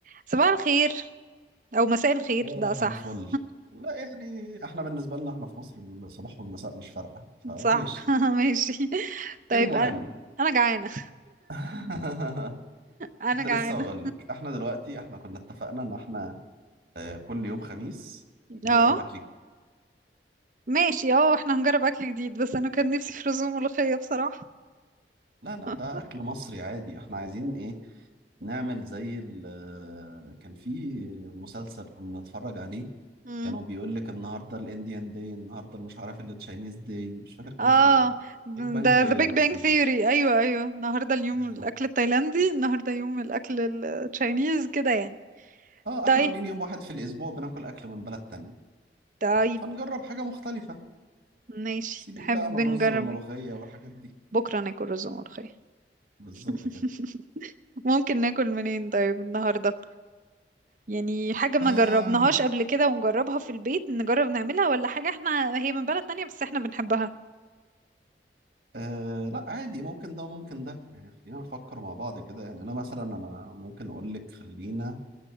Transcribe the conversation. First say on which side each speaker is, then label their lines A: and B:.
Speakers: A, on the right (about 45°); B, on the right (about 65°).
A: صباح الخير او مساء الخير
B: صباح
A: لا صح
B: الفل لا يعني احنا بالنسبة لنا احنا في مصر الصباح والمساء مش فارقة فماشي
A: صح <laughs> ماشي طيب
B: المهم
A: انا انا جعانه
B: <laughs>
A: انا
B: كنت
A: جعانه
B: لسه هقول لك احنا دلوقتي احنا كنا اتفقنا ان احنا اه، كل يوم خميس نجرب
A: اه
B: اكل جديد.
A: ماشي اه احنا هنجرب اكل جديد بس انا كان نفسي في رز وملوخيه بصراحه
B: لا لا
A: <laughs>
B: ده اكل مصري عادي احنا عايزين ايه نعمل زي ال- اه، كان في مسلسل كنا بنتفرج عليه
A: امم
B: كانوا بيقول لك النهارده الانديان داي النهارده اللي مش عارف اللي تشاينيز داي مش فاكر كان
A: اه
B: اسمه ايه بيج بانج
A: ده
B: تياري
A: ذا بيج
B: تقريبا
A: بانج ثيوري ايوه ايوه النهارده اليوم
B: بالظبط.
A: الاكل التايلاندي النهارده يوم الاكل التشاينيز كده يعني
B: اه
A: طيب
B: احنا عاملين يوم واحد في الاسبوع بناكل اكل من بلد تانية
A: طيب
B: فنجرب حاجة مختلفة
A: ماشي
B: سيبك
A: تحب
B: بقى من الرز
A: نجرب
B: والملوخية
A: ايه
B: والحاجات دي
A: بكره ناكل رز وملوخيه
B: بالظبط
A: <laughs>
B: كده
A: ممكن ناكل منين طيب النهارده يعني حاجة ما
B: آه.
A: جربناهاش قبل كده ونجربها في البيت نجرب نعملها ولا حاجة احنا هي من بلد تانية بس احنا بنحبها
B: آه لا عادي ممكن ده وممكن ده يعني خلينا نفكر مع بعض كده يعني انا مثلا انا ممكن اقول لك خلينا